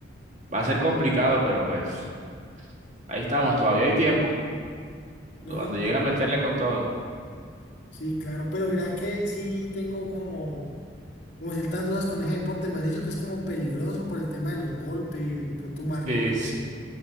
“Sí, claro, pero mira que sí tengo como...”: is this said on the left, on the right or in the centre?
Left